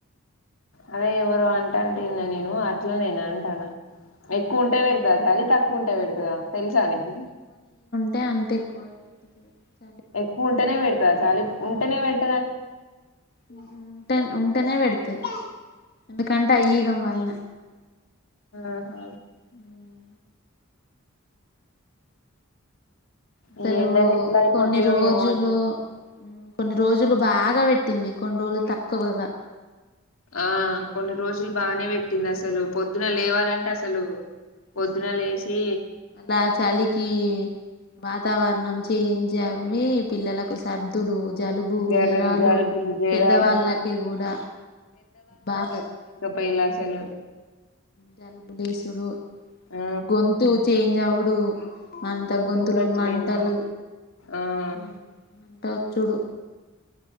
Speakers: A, on the left; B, on the left.
A: అదే ఎవరో అంటుంటే విన్న నేను అట్లనేనంటాన. ఎక్కువ
B: ఉమ్
A: ఉంటే పెడతాద అది తక్కువ ఉంటే పెడుతదా తెలుసా నీకు.
B: తే అంత ఎక్కువ <inaudible>
A: ఎక్కువ ఉంటేనే పెడ్. చా చాలి ఉంటనే పెట్
B: ఉమ్ టనే ఉం. వెంటనే పెడితే ఎందుకంటే ఈగ వలన.
A: ఆహా
B: ఉమ్ అసలు
A: ఈ ఎండలు ఎట్లా అయిపోతాయో
B: కొన్ని రోజులు
A: ఏమో అసలు.
B: కొన్ని రోజులు బాగా పెట్టింది. కొన్ని రోజులు తక్కువగా.
A: ఆహ్ కొన్ని రోజులు బాగానే పెట్. పట్టింది అసలు పొద్దున లేవాలంటే అసలు. పొద్దున
B: ఉమ్
A: లేసి
B: అలా చలికి. వాతావరణం చేంజ్ అవి పిల్లలకు సర్దులు. జలుబు
A: జరలు
B: జ్వరాలు
A: జలుబులు జరాలు
B: పెద్దవాళ్ళకి కూడా బాగా.
A: పోయిండ్ల అసలు.
B: జలుబులేసుడు
A: ఆ
B: గొంతు చేంజ్ అవుడు. డు మంట
A: గొంతు
B: గొంతులో
A: కూడా చేంజ్
B: మంటలు
A: ఆ
B: వ చుడు